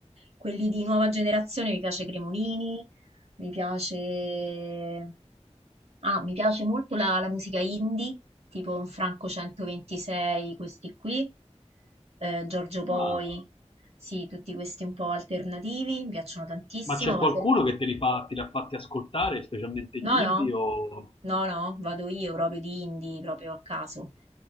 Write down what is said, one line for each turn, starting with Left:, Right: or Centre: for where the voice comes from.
Right: Quelli di nuova generazione mi piace Cremonini, mi piace... Ah, mi piace molto la, la musica indie, tipo un Franco 126, questi qui, eh, Giorgio Poi,
Left: Ah.
Right: sì, tutti questi un po' alternativi, mi piacciono tantissimo,
Left: Ma c'è
Right: ma
Left: qualcuno
Right: per...
Left: che te li fa, te li ha fatti ascoltare, specialmente gli
Right: No,
Left: indie
Right: no,
Left: o...
Right: no, no, vado io proprio di indie, proprio a caso.